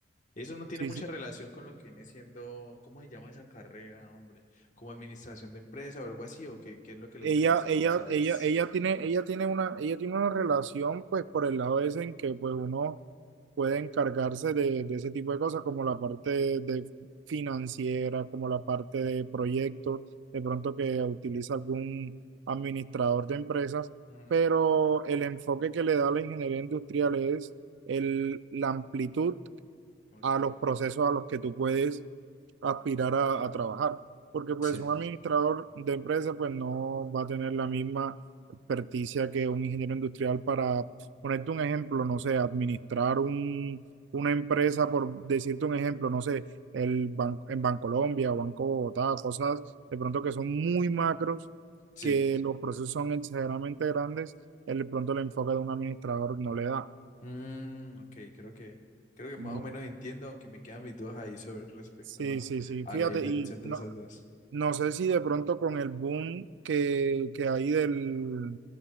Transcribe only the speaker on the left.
Eso no tiene
mucha
relación con lo que viene siendo, ¿cómo se llama esa carrera, hombre? ¿Como administración de empresa o algo así? ¿O qué, qué es lo que
la diferencia?
¿O sabes?
Ujú,
Ok.
Sí,
sí.
Mm, ok, creo que, creo que
más o menos entiendo, aunque me quedan mis dudas ahí sobre respecto
a,
a
la diferencia
entre
esas dos.